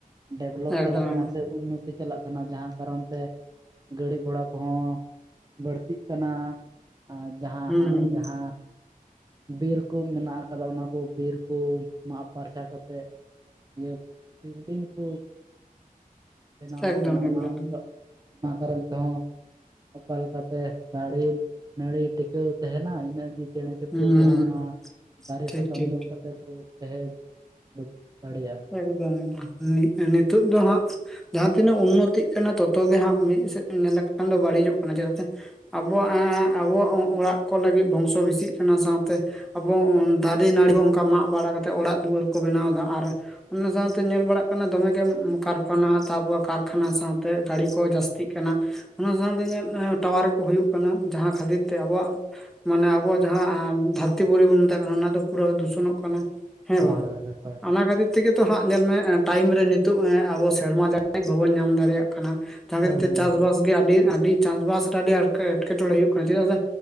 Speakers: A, on the right (about 25°); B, in the centre.
A: ᱰᱮᱵᱷᱞᱚᱯ
B: ᱮᱠᱫᱚᱢ
A: ᱪᱟᱞᱟᱜ ᱠᱟᱱᱟ
B: ᱮᱠᱫᱚᱢ
A: ᱥᱮ ᱩᱱᱟᱹᱜᱼᱼ ᱪᱟᱞᱟᱜ ᱠᱟᱱᱟ ᱡᱟᱦᱟᱸ ᱠᱟᱨᱚᱱ ᱛᱮᱼᱼ ᱜᱟᱹᱲᱤ ᱜᱷᱚᱲᱟ ᱠᱚᱦᱚᱸ ᱵᱟᱹᱲᱛᱤᱜ ᱠᱟᱱᱟ ᱟᱨᱼᱼ ᱡᱟᱦᱟᱸ
B: ᱦᱩᱸ
A: ᱟᱨ
B: ᱦᱩᱸ
A: ᱡᱟᱦᱟᱸᱼᱼ ᱵᱤᱨ ᱠᱩ ᱢᱮᱱᱟᱜ ᱟᱠᱟᱫᱟ ᱚᱱᱟ ᱠᱩ ᱵᱤᱨ ᱠᱩ ᱢᱟᱜ ᱯᱷᱟᱨᱪᱟ ᱠᱟᱛᱮᱫᱼᱼ ᱤᱭᱟᱹ ᱵᱤᱞᱰᱤᱝ ᱠᱩ ᱵᱮᱱᱟᱣᱮᱫ
B: ᱮᱠᱫᱚᱢ
A: ᱠᱟᱱᱟ ᱚᱱᱟ
B: ᱮᱠᱫᱚᱢ
A: ᱠᱚ᱾ ᱚᱱᱟ ᱠᱟᱨᱚᱱ ᱛᱮᱦᱚᱸ ᱚᱠᱟ ᱞᱮᱠᱟᱛᱮ ᱫᱟᱨᱮ ᱱᱟᱹᱲᱤᱼᱼ ᱴᱤᱠᱟᱹᱣ ᱛᱟᱦᱮᱱᱟ ᱤᱱᱟᱹᱜ ᱜᱮ ᱪᱮᱬᱮ ᱪᱤᱯᱨᱲᱩᱫ
B: ᱦᱩᱸ
A: ᱠᱚᱦᱚᱸ
B: ᱦᱩᱸ ᱦᱩᱸ
A: ᱚᱱᱟ ᱫᱟᱨᱮ
B: ᱴᱷᱤᱠ
A: ᱥᱟᱠᱟᱢ
B: ᱴᱷᱤᱠ
A: ᱡᱚᱢ ᱠᱟᱛᱮ ᱠᱩᱼᱼ ᱛᱟᱦᱮᱸ ᱫᱟᱲᱮᱭᱟᱜᱼᱟ᱾
B: ᱮᱠᱫᱚᱢ ᱮᱠᱫᱚᱢ ᱱᱤᱛᱳᱜ ᱫᱚ ᱦᱟᱜ, ᱡᱟᱦᱟᱸ ᱛᱤᱱᱟᱹᱜ ᱩᱱᱱᱚᱛᱤᱜ ᱠᱟᱱᱟ ᱛᱚᱛᱚ ᱜᱮ ᱦᱟᱸᱜ ᱢᱤᱫ ᱥᱮᱫ ᱧᱮᱞ ᱞᱮᱠᱷᱟᱱ ᱫᱚ ᱵᱟᱹᱲᱤᱡᱚᱜ ᱠᱟᱱᱟ ᱪᱮᱫᱟᱜ ᱥᱮᱼᱼ ᱟᱵᱚᱣᱟᱜ ᱟᱵᱚᱣᱟᱜ ᱚᱲᱟᱜ ᱠᱚ ᱞᱟᱹᱜᱤᱫ ᱵᱚᱝᱥᱚ ᱵᱮᱥᱤᱜ ᱠᱟᱱᱟ ᱥᱟᱶᱛᱮᱼᱼ ᱟᱵᱚ ᱫᱟᱨᱮ ᱱᱟᱹᱲᱤ ᱵᱚ ᱚᱱᱠᱟ ᱢᱟᱜ ᱵᱟᱲᱟ ᱠᱟᱛᱮᱫ ᱚᱲᱟᱜ ᱫᱩᱣᱟᱹᱨ ᱠᱚ ᱵᱮᱱᱟᱣ ᱮᱫᱟ ᱟᱨᱼᱼ ᱚᱱᱟ ᱥᱟᱶᱛᱮ ᱧᱮᱞ ᱵᱟᱲᱟᱜ ᱠᱟᱱᱟ ᱫᱚᱢᱮᱜ ᱜᱮ ᱠᱟᱨᱯᱷᱟᱱᱟ ᱛᱟᱯᱚᱨ ᱠᱟᱨᱠᱷᱟᱱᱟ ᱥᱟᱶᱛᱮ ᱜᱟᱲᱤ ᱠᱚ ᱡᱟᱹᱥᱛᱤᱜᱼᱼ ᱠᱟᱱᱟ ᱚᱱᱟ ᱥᱟᱶᱛᱮ ᱤᱧᱟᱹᱜ ᱴᱟᱣᱟᱨ ᱠᱚ ᱦᱩᱭᱩᱜ ᱠᱟᱱᱟ ᱡᱟᱦᱟᱸ ᱠᱷᱟᱹᱛᱤᱨ ᱛᱮ ᱟᱵᱚᱣᱟᱜᱼᱼ ᱢᱟᱱᱮ ᱟᱵᱚᱣᱟᱜ ᱡᱟᱦᱟᱸ ᱫᱷᱟᱹᱨᱛᱤ ᱯᱩᱨᱤ ᱵᱚᱱ ᱢᱮᱛᱟᱜ ᱠᱟᱱᱟ ᱚᱱᱟ ᱫᱚ ᱯᱩᱨᱟᱹ ᱫᱷᱩᱥᱚᱱᱚᱜ ᱠᱟᱱᱟ᱾ ᱦᱮᱸ
A: ᱦᱳᱭ
B: ᱵᱟᱝ
A: ᱦᱳᱭ ᱦᱳᱭ ᱦᱳᱭ
B: ᱚᱱᱟ ᱠᱷᱟᱹᱛᱤᱨᱼᱼ ᱛᱮᱜᱮᱛᱚ ᱦᱟᱸᱜ ᱧᱮᱞᱢᱮ ᱴᱟᱭᱤᱢ ᱨᱮ ᱱᱤᱛᱚᱜ ᱟᱵᱚ ᱥᱮᱨᱢᱟ ᱡᱟᱲᱤ ᱵᱟᱵᱚᱱ ᱧᱟᱢ ᱫᱟᱲᱮᱭᱟᱜ ᱠᱟᱱᱟ᱾ ᱡᱟᱦᱟᱸ ᱠᱷᱟᱹᱛᱤᱨ
A: ᱦᱳᱭ
B: ᱛᱮ
A: ᱦᱳᱭ
B: ᱪᱟᱥᱵᱟᱥ
A: ᱦᱳᱭ
B: ᱜᱮ ᱟᱹᱰᱤ ᱟᱹᱰᱤᱼᱼ ᱪᱟᱥᱵᱟᱥ ᱨᱮ ᱟᱹᱰᱤ ᱮᱴ ᱮᱴᱠᱮᱴᱚᱬᱮ ᱦᱩᱭᱩᱜ ᱠᱟᱱᱟ ᱪᱮᱫᱟᱜ ᱥᱮ